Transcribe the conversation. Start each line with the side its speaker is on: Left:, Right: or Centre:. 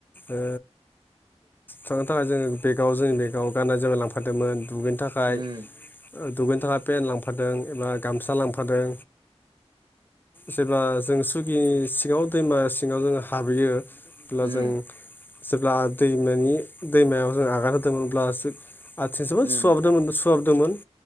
Left: ओ थांनो थाखाय जोङो बेगाव जोंनि बेगाव गाननाय जोमाय लांफादोंमोन दुगैनो थाखा
Right: उम
Left: ओ दुगैनो थाखाय पेेन लांफादों एबा गामसा लांफादों। जेब्ला जों सुखि सिङाव दैमा सिङाव जों हाबहैयो अब्ला
Right: उम
Left: जों जेब्ला दैमानि दैमायाव जों आगान होदोंमोन अब्ला जों आथिङा जोबोद
Right: उम
Left: सुहाबदोंमोन सुहाबदोंमोन।